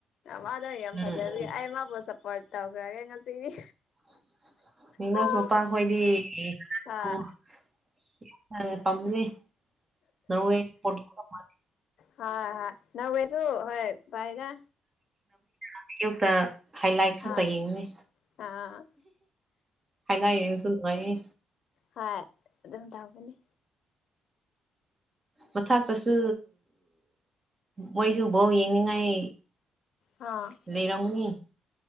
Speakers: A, on the left (about 70°); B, on the right (about 25°).
A: ꯃꯗꯣ ꯌꯥꯝ
B: ꯎꯝ
A: ꯐꯖꯕꯒꯤ ꯑꯩ ꯃꯥꯕꯨ ꯁꯞꯄꯣꯔꯠ ꯇꯧꯈ꯭ꯔꯒꯦ ꯉꯁꯤꯗꯤ
B: <unintelligible>
A: ꯍꯣꯏ ꯍꯣꯏ
B: <unintelligible>
A: ꯍ ꯍ ꯉꯝꯔꯁꯨꯨ ꯍꯣꯏ ꯐꯩꯗ
B: ꯩ <unintelligible> ꯍꯥꯏꯂꯥꯛ ꯈꯛꯇ
A: ꯍꯣꯏ
B: ꯌꯦꯡꯉꯅꯦ
A: ꯑꯥ
B: ꯍꯥꯏ ꯂꯥꯏ ꯌꯦꯡꯁꯨ ꯅꯨꯡꯉꯥꯏꯌꯦ
A: ꯍ ꯑꯗꯨꯝ ꯇꯧꯕꯅꯤ
B: ꯃꯊꯛꯇꯁꯨ ꯃꯣꯏꯁꯨ ꯕꯣꯜ ꯌꯦꯡꯅꯤꯡꯉꯥꯏ
A: ꯑꯥ
B: ꯂꯩꯔꯝꯒꯅꯤ